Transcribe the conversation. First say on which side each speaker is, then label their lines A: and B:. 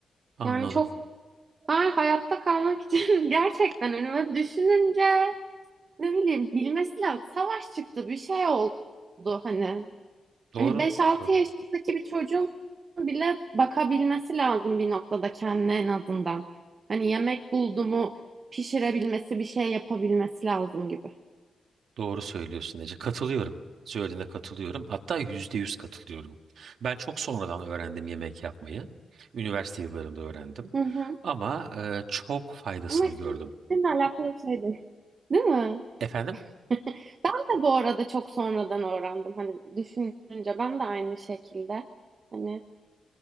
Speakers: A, on the right (about 75°); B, on the right (about 40°).
A: Anladım.
B: Yani çok ben hayatta kalmak için <laughs> gerçekten hani böyle düşününce ne bileyim bilmesi lazım. Savaş çıktı bir şey oldu hani.
A: Doğru,
B: Hani beş altı
A: doğru.
B: yaşındaki bir çocuğun bile bakabilmesi lazım bir noktada kendine en azından. Hani yemek buldu mu pişirebilmesi bir şey yapabilmesi lazım gibi.
A: Doğru söylüyorsun Ece. Katılıyorum. Söylediğine katılıyorum. Hatta yüzde yüz katılıyorum. Ben çok sonradan öğrendim yemek yapmayı. Üniversite yıllarımda öğrendim.
B: Hı hı.
A: Ama e, çok faydasını
B: Ama işte
A: gördüm.
B: seninle alakalı bir şey değil. Değil mi? <laughs>
A: Efendim?
B: Ben de bu arada çok sonradan öğrendim. Hani düşününce ben de aynı şekilde. Hani